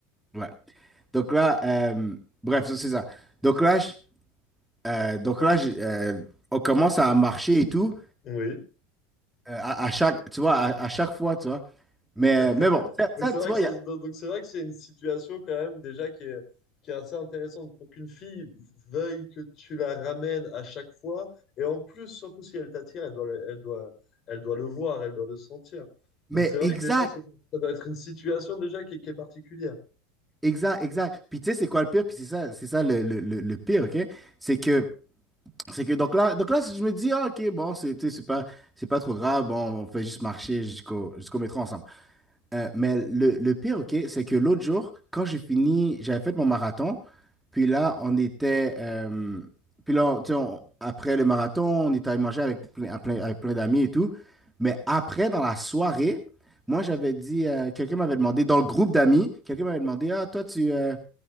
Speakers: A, in the centre; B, on the left.
A: Ouais. Donc là, euh, bref, ça, c'est ça. Donc là, Euh, donc là, j'ai- euh, on commence à marcher et tout,
B: Oui.
A: euh, à, à chaque, tu vois, à, à chaque fois, tu vois. Mais,
B: <laughs>
A: mais bon, ça,
B: Donc
A: ça,
B: c'est
A: tu
B: vrai
A: vois,
B: que c'est
A: il y a...
B: donc donc c'est vrai que c'est une situation quand même déjà qui est qui est assez intéressante pour qu'une fille veuille que tu la ramènes à chaque fois et en plus surtout si elle t'attire elle doit le- elle doit elle doit le voir elle doit le sentir
A: Mais
B: donc c'est vrai
A: exact,
B: que déjà ça, ça doit être une situation déjà qui est, qui est particulière.
A: exact, exact. Puis tu sais, c'est quoi le pire? Puis c'est ça, c'est ça le, le, le, le pire, OK? C'est que, c'est que, donc là, donc là, je me dis, ah, OK, bon, c'est, tu sais, c'est pas, c'est pas trop grave, bon, on fait juste marcher jusqu'au jusqu'au métro ensemble. Euh, mais le, le pire, OK, c'est que l'autre jour, quand j'ai fini, j'avais fait mon marathon, puis là, on était... euh, puis là, tu sais, on- après le marathon, on était allé manger avec plein, à plein- avec plein d'amis et tout. Mais après, dans la soirée, moi, j'avais dit... euh, quelqu'un m'avait demandé, dans le groupe d'amis, quelqu'un m'avait demandé, «Ah, toi, tu... euh,